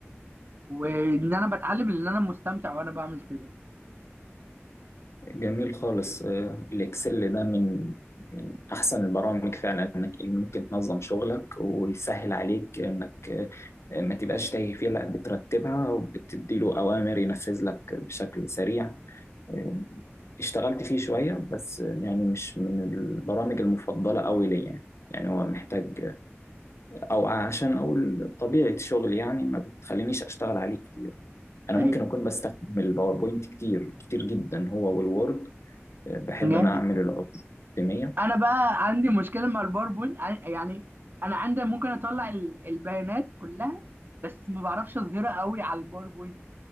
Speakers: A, on the right (about 50°); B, on the left (about 75°).
A: وان انا بتعلم ان انا مستمتع وانا بعمل كده
B: جميل خالص آه، الإكسل ده من من أحسن البرامج فعلا إنك اللي ممكن تنظم شغلك ويسهل عليك إنك آه، ما تبقاش تايه فيه لا بترتبها وبتدي له أوامر ينفذ لك بشكل سريع آه، اشتغلت فيه شوية بس آه، يعني مش من البرامج المفضلة أوي ليا يعني يعني هو محتاج أو عشان أقول طبيعة شغلي يعني ما بتخلينيش أشتغل عليه كتير أنا
A: أيوة.
B: ممكن أكون بستخدم الباوربوينت كتير كتير جدا هو والوورد بحب
A: جامد
B: ان أنا أعمل الأقدمية
A: انا بقى عندي مشكله مع الباوربوينت ع- يعني انا عندي ممكن اطلع ال- البيانات كلها بس ما بعرفش اظهرها قوي على الباوربوينت